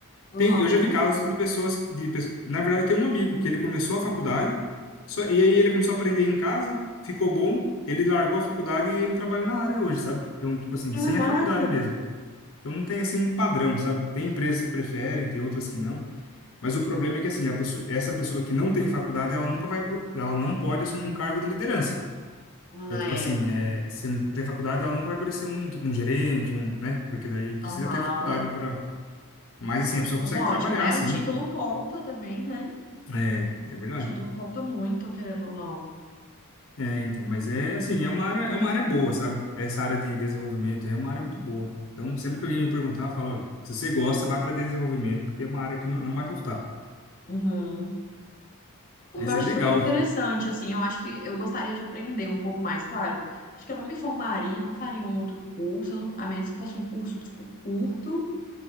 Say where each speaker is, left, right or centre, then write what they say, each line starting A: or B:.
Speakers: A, on the left (about 40°); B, on the left (about 65°).
A: Aham.
B: Tem, eu já vi casos de pessoas, de, pe- na verdade, tem um amigo que ele começou a faculdade, só, e aí ele começou a aprender em casa, ficou bom, ele largou a faculdade e ele trabalha na área hoje, sabe? Então, tipo assim,
A: Caraca.
B: sem a faculdade mesmo. Então não tem assim um padrão, sabe? Tem empresas que preferem, tem outras que não, mas o problema é que assim, a pessoa, essa pessoa que não tem faculdade, ela nunca vai, po- ela não pode assumir um cargo de liderança.
A: Ah,
B: Então, tipo
A: é.
B: assim, é, se não tem faculdade, ela nunca vai parecer um, tipo, um gerente, um, né? Porque daí precisa
A: Aham.
B: ter a faculdade para mas assim, a pessoa
A: Lógico,
B: consegue trabalhar,
A: né?
B: sim.
A: O título conta também, né?
B: É, é verdade.
A: título conta muito, querendo ou não.
B: É, então, mas é assim, é uma área, é uma área boa, sabe? Essa área de desenvolvimento aí é uma área muito boa. Então, sempre que alguém me perguntar, eu falo, olha, se você gosta, vai para desenvolvimento, porque é uma área que não, não vai faltar.
A: Uhum. Eu
B: Mas
A: acho
B: é legal.
A: super interessante, assim, eu acho que eu gostaria de aprender um pouco mais, claro. Acho que eu não me formaria, não faria um outro curso, a menos que fosse um curso, tipo, curto,